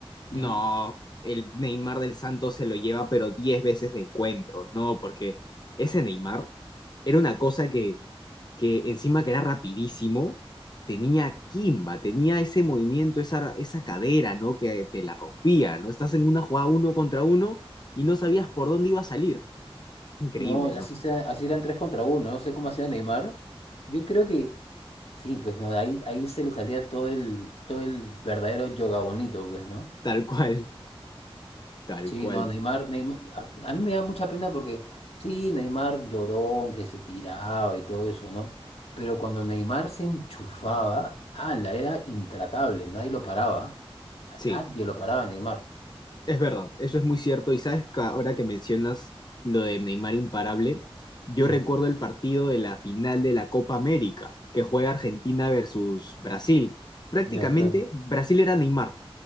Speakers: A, on the left (about 45°); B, on the left (about 85°).
A: no,
B: Ujú.
A: el Neymar del Santos se lo lleva pero 10 veces de encuentro, no, porque ese Neymar era una cosa que encima que era rapidísimo, tenía Kimba, tenía ese movimiento, esa, esa cadera, ¿no? Que te la rompía, ¿no? Estás en una jugada uno contra uno y no sabías por dónde iba a salir. Increíble,
B: No, así
A: ¿no?
B: sea, así eran tres contra uno, no sé cómo hacía Neymar. Yo creo que Sí, pues no, ahí, ahí se le salía todo el, todo el verdadero yoga bonito, pues, ¿no?
A: Tal cual, tal
B: Sí,
A: cual.
B: no, Neymar, Neymar, a, a mí me da mucha pena porque, sí, Neymar llorón, que se tiraba y todo eso, ¿no? Pero cuando Neymar se enchufaba, ala, era intratable, nadie lo paraba,
A: Sí,
B: nadie lo paraba a Neymar.
A: es verdad, eso es muy cierto. Y sabes que ahora que mencionas lo de Neymar imparable, yo
B: Mm,
A: recuerdo el partido de la final de la Copa América, que juega Argentina versus Brasil. Prácticamente
B: ya, claro.
A: Brasil era Neymar.